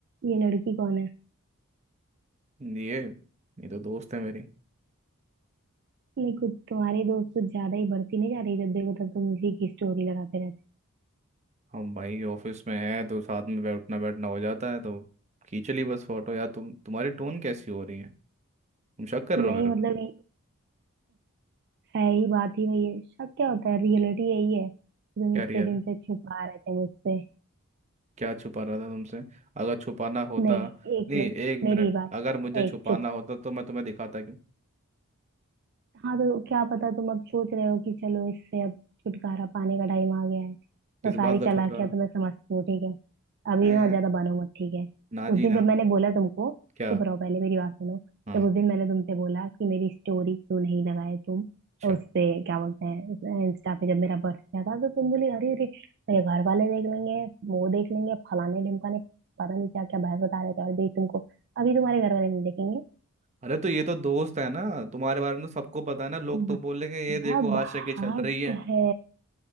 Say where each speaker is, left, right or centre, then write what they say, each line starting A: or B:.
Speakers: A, on the right (about 50°); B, on the right (about 30°).
A: ये लड़की कौन है
B: ये ये तो दोस्त है मेरी
A: नहीं कुछ तुम्हारे दोस्त कुछ ज्यादा ही बढ़ती नहीं जा रही जब देखो तब तुम इसी की स्टोरी लगाते रहते
B: हम भाई ऑफिस में है तो साथ में बैठना बैठना हो जाता है तो खींच ली बस फोटो यार तुम तुम्हारी टोन कैसी हो रही है तुम शक कर
A: नहीं
B: रहे हो मेरे
A: मतलब
B: को
A: ये है ही बात ही वही है शक क्या होता है रियलिटी यही है तुम
B: यार
A: इतने
B: यार
A: दिन से छुपा रहे थे मुझसे
B: क्या छुपा रहा था तुमसे अगर छुपाना होता
A: नहीं एक
B: नहीं
A: मिनट
B: एक मिनट
A: मेरी बात
B: अगर
A: सुन।
B: मुझे
A: एक
B: छुपाना
A: चुप
B: होता तो मैं तुम्हें दिखाता क्यों
A: हाँ तो क्या पता तुम अब सोच रहे हो कि चलो इससे अब छुटकारा पाने का टाइम आ गया है तो
B: किस
A: सारी
B: बात का
A: चालाकियां
B: छुटकारा
A: तो मैं समझती हूँ ठीक है अभी
B: ए,
A: ना ज्यादा बनो मत ठीक है
B: ना
A: उस
B: जी
A: दिन
B: ना
A: जब मैंने बोला तुमको
B: क्या
A: चुप रहो पहले मेरी बात सुनो
B: हाँ
A: जब उस दिन मैंने तुमसे बोला कि मेरी स्टोरी क्यों नहीं लगाए तुम
B: अच्छा
A: उस पे क्या बोलते हैं इंस्टा पे जब मेरा बर्थडे था तो तुम बोले अरे अरे मेरे घर वाले देख लेंगे वो देख लेंगे फलाने ढिमकाने पता नहीं क्या क्या बहस बता रहे थे और भाई तुमको अभी तुम्हारे घर वाले नहीं देखेंगे
B: अरे तो ये तो दोस्त है ना तुम्हारे बारे में तो सबको पता है ना लोग
A: हम्म।
B: तो बोलेंगे ये
A: मेरा
B: देखो
A: भाग
B: आशिकी चल रही है
A: है